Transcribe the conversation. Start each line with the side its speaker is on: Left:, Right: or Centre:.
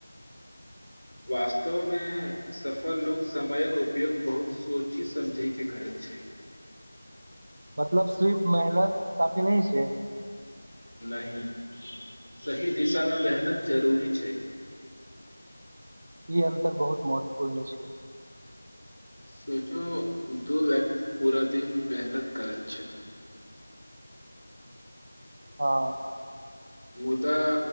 Left: वास्तवमे सफल लोक समयक उपयोग बहुत सोचि समझिके करैत छै
Right: मतलब सिर्फ मेहनत काफी नहि छै
Left: नहि सही दिशामे मेहनत जरूरी छै
Right: ई अन्तर बहुत महत्वपूर्ण छै
Left: सोचो दो व्यक्ति पूरा दिन मेहनत करैत छथि
Right: हँ
Left: मुदा